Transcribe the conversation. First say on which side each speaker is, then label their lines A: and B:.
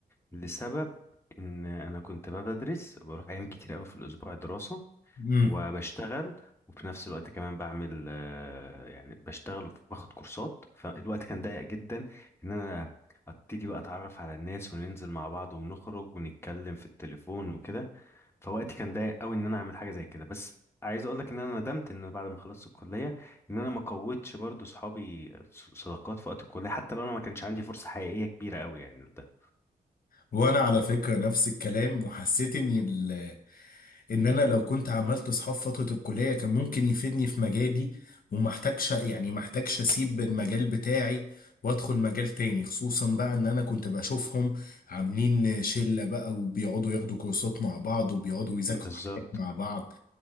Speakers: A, on the left; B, on the left.
A: لسبب ان انا كنت بقى بدرس بروح ايام كتير قوي في الاسبوع دراسة
B: امم
A: وبشتغل وفي نفس الوقت كمان بعمل آه، يعني بشتغل وباخد كورسات فالوقت كان ضيق جدا ان انا ابتدي بقى اتعرف على الناس وننزل مع بعض ونخرج ونتكلم في التليفون وكده فوقتي كان ضيق قوي ان انا اعمل حاجه زي كده بس عايز اقول لك ان انا ندمت ان أنا بعد ما خلصت الكليه ان انا ما قوتش برضو صحابي ص- صداقات في وقت الكليه حتى لو انا ما كانش عندي فرصه حقيقيه كبيره قوي يعني ده
B: وانا على فكرة نفس الكلام وحسيت اني ال- ان انا لو كنت عملت اصحاب فترة الكلية كان ممكن يفيدني في مجالي ومحتاجش يعني محتاجش اسيب المجال بتاعي وادخل مجال تاني خصوصا بقى ان انا كنت بشوفهم عاملين شلة بقى وبيقعدوا ياخدوا كورسات مع بعض وبيقعدوا يذاكروا
A: بالظبط
B: حاجات مع بعض